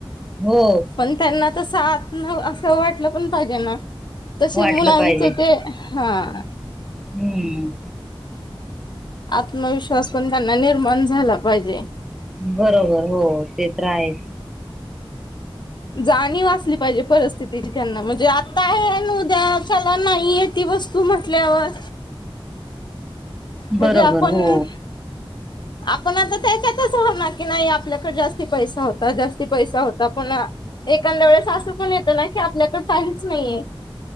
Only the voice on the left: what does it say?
त्यांना तस आतन असं वाटलं पण पाहिजे ना तसे
मुलांचे
ते हां.
आत्मविश्वास पण त्यांना निर्माण झाला पाहिजे.
जाणीव असंली पाहिजे परिस्थितीची त्यांना म्हणजे आत्ता आहे अन उद्या चला नाहीये ती वस्तू म्हटल्यावर म्हणजे
आपण
आपण आता त्याच्यातच राहणार की नाही आपल्याकडे जास्ती पैसा होता, जास्ती पैसा होता पुन्हा एखाद्या वेळेस असं पण येतं ना की आपल्याकड काहीच नाहीये.